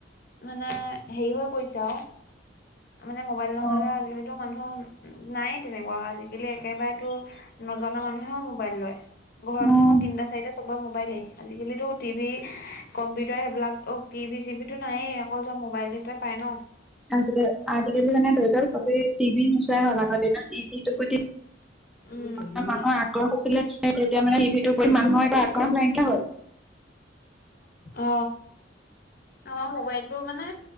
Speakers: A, on the left; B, in the centre.
A: মানে হেৰি হৈ পৰিছে আৰু মানে মোবাইল নহ'লে
B: অ',
A: আজিকিতো মানুহ নায়ে তেনেকুৱা আজিকালি একেবাৰেতো নজনা মানুহেও মোবাইল লয়। ঘৰত
B: উম,
A: দেখোন তিনিটা চাৰিতা চবৰে মোবাইলে আজিকালিো টিভি কম্পিউটাৰ সেইবিলাক অ টি ভ চি ভ টো নায়েই অকল মোবাইল এটা পাই ন
B: আজ আজিকালি মানে ধৰি লওক চবেই টিভি নোচোৱাই হল আগৰ দিনত টিভি টো প্ৰতি
A: সেইজনী
B: মানুহৰ আগ্ৰহ হৈছিলে তেতিয়া মানে ইভিটো মানুহৰ এটা আকৰণ নাইিয়া হয়
A: অ আমাৰ মোবাইলটো মানে